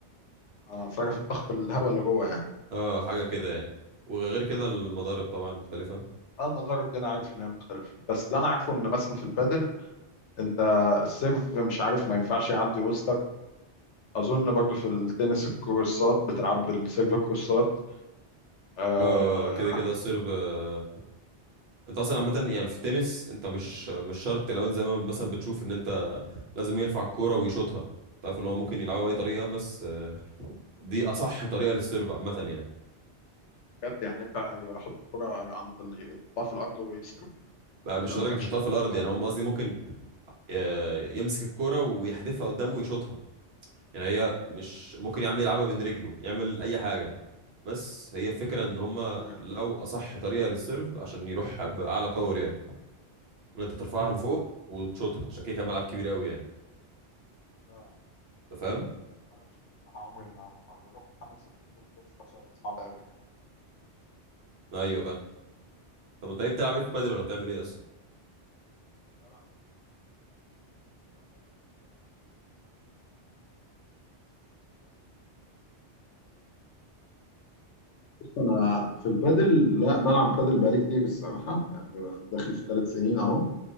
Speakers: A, on the left; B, on the right.
A: اه فرق في الضغط الهواء اللي جوه يعني
B: اه حاجة كده يعني وغير كده المضارب
A: مم.
B: طبعا مختلفة
A: اه المضارب دي انا عارف ان هي مختلفة بس اللي انا عارفه ان مثلا في البادل انت السيرف مش عارف ما ينفعش يعدي وسطك اظن برضو في التنس الكورسات بتلعب بالسيرف الكورسات آه
B: اه كده كده السيرف آه... انت اصلا عامة يعني في التنس انت مش مش شرط لو انت زي ما مثلا بتشوف ان انت لازم يرفع الكوره ويشوطها تعرف ان هو ممكن يلعبها باي طريقه بس آه، دي اصح طريقه للسيرف عامه يعني
A: بجد يعني ينفع يحط الكرة عند ال- يحطها في الارض ويسيرف
B: بقى مش
A: ولا ما
B: لدرجه
A: ينفعش
B: يحطها
A: تحط
B: في الارض
A: في الارض؟
B: يعني هم قصدي ممكن آه، يمسك الكوره ويحدفها قدامه ويشوطها يعني هي مش ممكن يا عم يلعبها بين رجله يعمل اي حاجه بس هي فكرة ان هم
A: مم.
B: لو اصح طريقة للسيرف عشان يروح باعلى باور يعني ان انت ترفعها
A: مم.
B: لفوق وتشوطها عشان كده كان ملعب كبير قوي يعني
A: لا
B: انت فاهم
A: معرفش عمري ما ما جربت اعمل سيرف التنس ده بس حاسه هيبقى صعب قوي يعني
B: ايوه فاهم طب انت ايه بتلعب ايه
A: بس
B: في البادل ولا بتعمل ايه اصلا
A: بلعب بس انا دايما بحب العب بص انا في البادل لا بلعب بادل بقالي كتير الصراحه يعني داخل في الثلاث سنين اهو